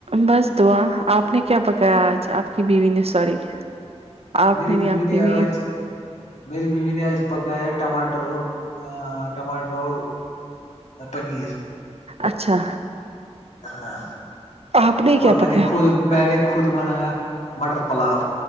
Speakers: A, on the right (about 60°); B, on the left (about 75°).
A: بس دعا آپ نے کیا پکایا آج آپ کی بیوی نے سوری آپ
B: میری
A: نے نہیں
B: بیوی
A: آپ کی بھی
B: آج میری بیوی نے آج پکایا ٹماٹر اور ٹماٹر اور پنز
A: اچھا
B: ہاں
A: آپ کیا
B: اور میں
A: پکایا
B: نے خود میں نے خود بنایا مٹر پلاو